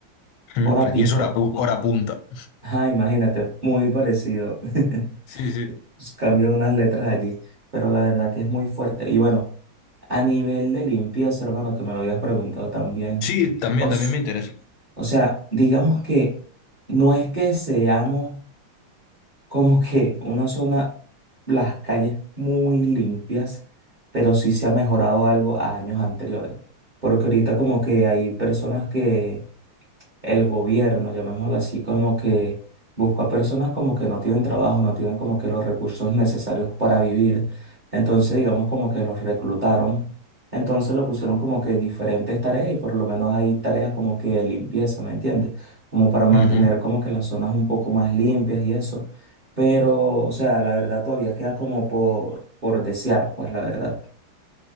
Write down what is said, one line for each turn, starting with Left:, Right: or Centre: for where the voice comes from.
Left: Mm,
Right: Hora
Left: Aquí
Right: pico.
Left: es hora, pu- hora punta.
Right: ajá imagínate, muy parecido. <laughs>
Left: Sí, sí.
Right: Cambian unas letras allí, pero la verdad que es muy fuerte. Y bueno, a nivel de limpieza, hermano, que me lo habías preguntado también.
Left: Sí, también,
Right: Os,
Left: también me interesa.
Right: o sea, digamos que no es que seamos. como que una zona, las calles muy limpias, pero sí se ha mejorado algo a años anteriores. Porque ahorita como que hay personas que el gobierno, llamémoslo así, como que busca personas como que no tienen trabajo, no tienen como que los recursos necesarios para vivir. Entonces, digamos como que los reclutaron. Entonces lo pusieron como que diferentes tareas y por lo menos hay tareas como que de limpieza, ¿me entiendes? Como para mantener
Left: Ujú.
Right: como que las zonas un poco más limpias y eso. Pero, o sea, la verdad todavía queda como por, por desear, pues la verdad.